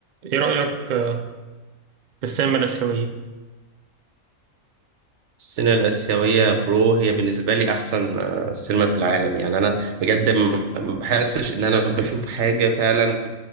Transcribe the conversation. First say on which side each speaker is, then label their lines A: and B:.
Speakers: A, on the right (about 85°); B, on the right (about 60°).
A: ايه رأيك آه، في السينما الآسيوية؟
B: السينما الآسيوية برو هي بالنسبة لي أحسن آه، سينما في العالم يعني أنا بجد م- ما بحسش إن أنا بشوف حاجة فعلا